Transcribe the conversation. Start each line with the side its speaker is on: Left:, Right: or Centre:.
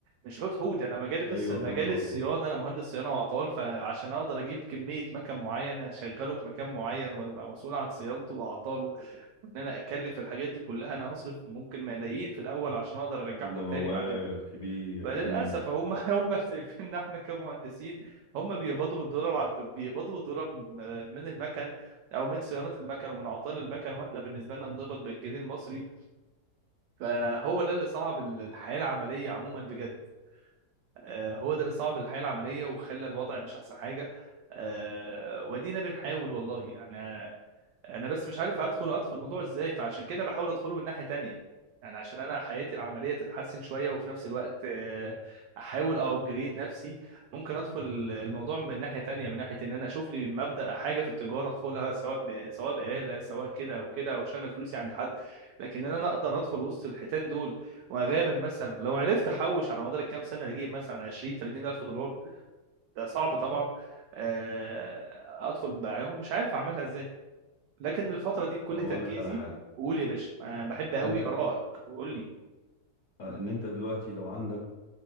Right: مش حوت حوت انا مجالي بس
Left: ايوه
Right: مجال
Left: فاهم قصدك
Right: الصيانه انا مهندس صيانه واعطال فعشان اقدر اجيب كميه مكن معين اشغله في مكان معين وابقى مسؤول عن صيانته واعطاله وان انا اكلف الحاجات دي كلها انا هصرف ممكن ملايين في الاول عشان اقدر ارجعهم
Left: ده
Right: تاني
Left: موال
Right: بعد كده
Left: كبير
Right: فللاسف
Left: امم
Right: هم <laughs> هم شايفين ان احنا كمهندسين هم بيقبضوا الدولار ع- بيقبضوا الدولار م- من المكن او من صيانه المكن ومن اعطال المكن واحنا بالنسبه لنا بنقبض بالجنيه المصري فهو ده اللي صعب ال- الحياه العمليه عموما بجد آه، هو ده اللي صعب الحياه العمليه وخلى الوضع مش احسن حاجه آه، ودينا بنحاول والله يعني انا بس مش عارف هدخل ادخل الموضوع ازاي فعشان كده بحاول ادخله من ناحيه تانية يعني عشان انا حياتي العمليه تتحسن شويه وفي نفس الوقت آه، احاول ابجريد نفسي ممكن ادخل الموضوع من ناحيه تانية من ناحيه ان انا اشوف لي مبدا حاجه في التجاره ادخلها سواء ب... سواء بآلة سواء كده او كده او اشغل فلوسي عند حد لكن ان انا اقدر ادخل وسط الحيتان دول واغامر مثلا لو عرفت احوش على مدار الكام سنه اللي اجيب مثلا 20 30 الف دولار ده صعب طبعا آه، ادخل معاهم مش عارف اعملها ازاي لكن الفترة دي كل
Left: طب
Right: تركيزي
Left: اقول لك على حاجة
Right: قول يا باشا أنا بحب قوي
Left: انت
Right: آرائك قول لي
Left: آه، ان انت دلوقتي لو عندك